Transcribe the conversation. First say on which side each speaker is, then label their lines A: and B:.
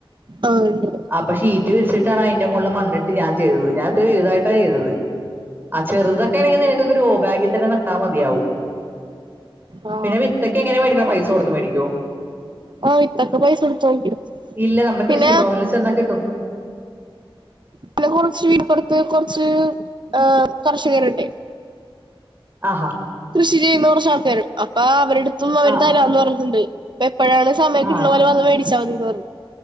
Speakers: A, on the right; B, on the right.
A: ആഹ്, ഇണ്ട് ടാ
B: അപ്പ ഷീറ്റ് വിരിച്ചിട്ടാണ് അയിന്റെ മുകളിൽ മണ്ണിട്ട് ഞാൻ ചെയ്തത് ഞാൻ ഇത്തിരി വലുതായിട്ടാണ് ചെയ്തത്. ആഹ്, ചെറുതൊക്കെ ആണെങ്കിൽ നിനക്ക് ഗ്രോബാഗിൽതന്നെ നട്ടാൽ മതിയാവും.
A: ആ
B: പിന്നെ വിത്തക്കെ എങ്ങനെ മേടിക്ക്‌ണെ പൈസ കൊടുത്ത് മേടിക്കോ?
A: ആ വിത്തൊക്കെ പൈസ കൊടുത്ത് വാങ്ങിക്കും
B: ഇല്ല, നമ്മള് കൃഷിഭവനിൽ
A: പിന്നെ
B: ചെന്നാൽ കിട്ടും.
A: പിന്നെ കുറച്ച് വീടിപ്പുറത്ത് കുറച്ച് ഏഹ് കർഷകരുണ്ട്.
B: ആഹ്
A: കൃഷി ചെയ്യുന്ന കുറച്ച് ആൾക്കാര് അപ്പൊ അവരുടുത്തൊന്നു അവര്
B: ആ
A: തരാന്ന് പറഞ്ഞിട്ടുണ്ട്. അപ്പൊ എപ്പഴാണ് സമയം
B: ആ
A: കിട്ടണപോലെവന്ന് മേടിച്ച മതിന്ന് പറഞ്ഞു